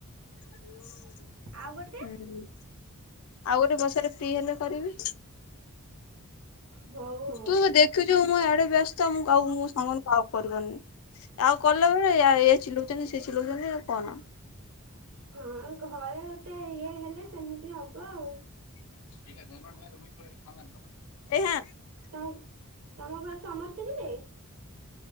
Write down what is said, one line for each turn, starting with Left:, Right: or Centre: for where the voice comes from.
Left: <unintelligible>
Right: ଆଉ ଗୋଟେ
Left: ହୁଁ। ଆଉ ଗୋଟେ ବସାରେ ଫ୍ରି ହେଲେ କରିବି।
Right: ହଉ ହଉ।
Left: ତୁ ଦେଖୁଛୁ ମୁଁ ଆଡେ ବ୍ୟସ୍ତ ମୁଁ କ ମୋ ସାଙ୍ଗ କ ଆଉ କରିବାରୁନି ଆଉ କଲା ବେଳେ ଏ ଚିଲଉଛନ୍ତି ସେ ଚିଲଉଛନ୍ତି କହନା
Right: ଆଉ ଘରେ ଗୋଟେ ଇଏ ହେଲେ ସେମିତି ହବ ଆଉ।
Left: <unintelligible>
Right: ତମ ତମ ଘରେ ସମସ୍ତେ ଯିବେ?